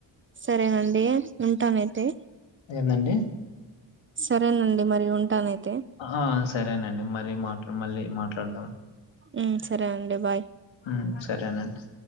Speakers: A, on the right; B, on the left.
A: సరే అ అంటే ఉంటామైతే
B: ఏందండి
A: సరేనండి మరి ఉంటానయితే
B: ఆ సరేనండి మరిమా మళ్ళీ మాట్లాడదాం.
A: హ్మ్ సరే అండి బాయ్.
B: హ్మ్ సరేనండి.